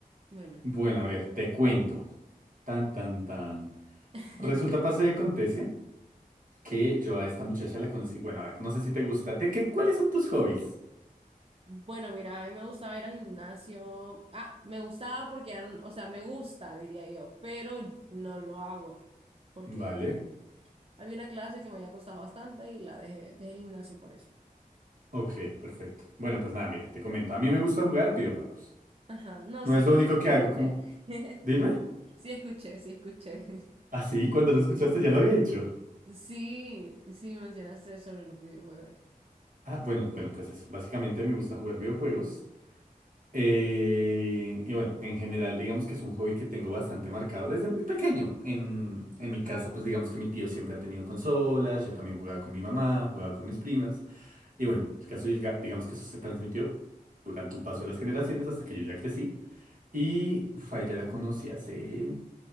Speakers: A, on the right (about 40°); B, on the right (about 65°).
A: bueno.
B: Bueno, a ver, te cuento. Tan, tan, tan.
A: <laughs>
B: Resulta, pasa y acontece que yo a esta muchacha la conocí. Bueno, a ver, no sé si te gusta. ¿Te- qué, cuáles son tus hobbies?
A: Bueno, mira, a mí me gustaba ir al gimnasio. Ah, me gustaba porque, eran- o sea, me gusta, diría yo, pero no lo hago porque
B: Vale.
A: había una clase que me había costado bastante y la dejé, dejé el gimnasio por eso.
B: Ok, perfecto. Bueno, pues nada, mira, te comento. A mí me gusta jugar videojuegos.
A: Ajá, no,
B: No
A: sí,
B: es lo único que
A: sí
B: hago,
A: escuché.
B: como...
A: <laughs>
B: Dime.
A: Sí escuché, sí escuché.
B: ¿Así? cuando lo escuchaste ya lo había dicho.
A: Sí, sí me mencionaste sobre los videojuegos.
B: Ah, bueno, bueno, pues eso. Básicamente me gusta jugar videojuegos. Eh, y bueno, en general, digamos que es un hobby que tengo bastante marcado desde muy pequeño. En, en mi casa, pues digamos que mi tío siempre ha tenido consolas, yo también jugaba con mi mamá, jugaba con mis primas. Y bueno, el caso es, diga- digamos que eso se transmitió durante el paso de las generaciones hasta que yo ya crecí. Y uf, a ella la conocí hace